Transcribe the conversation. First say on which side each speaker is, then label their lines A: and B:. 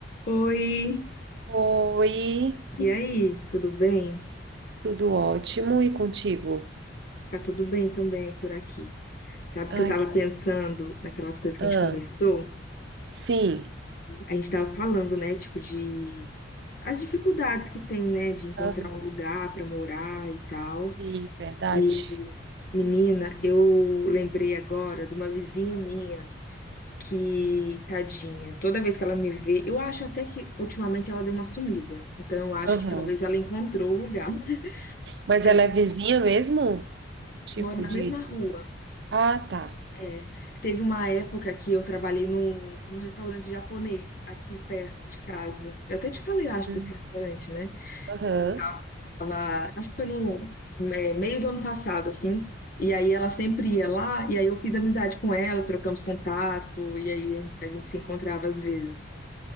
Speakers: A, on the left (about 45°); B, on the right (about 60°).
A: Oi,
B: Oi,
A: e aí, tudo bem?
B: tudo ótimo e contigo?
A: Tá tudo bem também por aqui. Sabe
B: Ai,
A: que eu tava
B: que...
A: pensando naquelas coisas que
B: ah,
A: a gente conversou?
B: sim,
A: A gente tava falando, né, tipo de as dificuldades que tem, né, de encontrar
B: aham,
A: um lugar pra morar e tal.
B: Sim, verdade.
A: E menina, eu lembrei agora de uma vizinha minha que, tadinha, toda vez que ela me vê, eu acho até que ultimamente ela deu uma sumida. Então eu acho
B: Aham.
A: que talvez ela encontrou o lugar, <laughs>
B: Mas
A: mas
B: ela é vizinha mesmo? Tipo
A: mora na
B: de.
A: mesma rua.
B: Ah, tá.
A: É, teve uma época que eu trabalhei num, num restaurante japonês aqui perto de casa. Eu até te falei, eu acho,
B: Uhum.
A: desse restaurante, né?
B: Aham.
A: Eu tava, acho que foi no é, meio do ano passado, assim. E aí ela sempre ia lá, e aí eu fiz amizade com ela, trocamos contato, e aí a gente se encontrava às vezes.